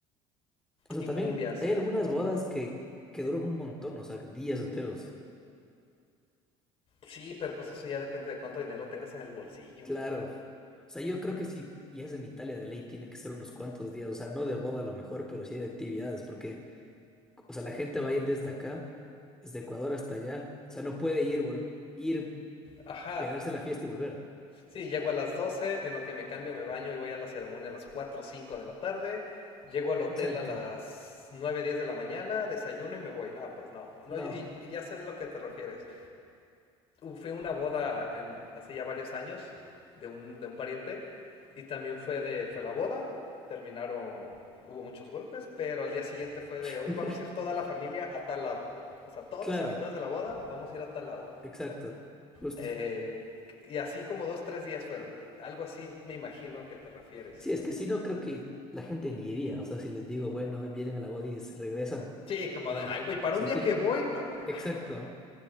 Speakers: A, in the centre; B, on the left (about 45°).
A: o sea,
B: Y
A: también
B: cumbias.
A: hay algunas
B: Un-
A: bodas que, que duran un montón, o sea, días enteros.
B: Sí, pero pues eso ya depende de cuánto dinero tengas en el bolsillo.
A: Claro. O sea, yo creo que si ya es en Italia de ley, tiene que ser unos cuantos días, o sea, no de boda a lo mejor, pero sí hay de actividades, porque, o sea, la gente va a ir desde acá, desde Ecuador hasta allá, o sea, no puede ir, vol- ir
B: Ajá.
A: pegarse la fiesta y volver.
B: Sí, llego a las doce en lo que me cambio, me baño y voy a la ceremonia a las cuatro o 5 de la tarde. Llego al hotel
A: Exacto.
B: a las 9 10 de la mañana, desayuno y me voy. No, pues no. No,
A: No.
B: y, y ya sé de lo que te refieres. Fui a una boda en, hace ya varios años de un, de un pariente y también fue de, fue la boda, terminaron, hubo muchos golpes, pero al día siguiente fue de,
A: <laughs>
B: hoy vamos a ir toda la familia a tal lado. O sea, todos los
A: Claro,
B: invitados de la boda, vamos a ir a tal lado.
A: exacto, justo.
B: Eh, y así como dos, tres días fueron. Algo así me imagino que te refieres.
A: Sí, es que si no, creo que la gente ni iría. O sea, si les digo, bueno, vienen a la boda y se regresan.
B: Sí, como
A: No.
B: de, ay, güey,
A: O
B: para
A: sea,
B: un día
A: tiene.
B: que voy, no, ma.
A: Exacto.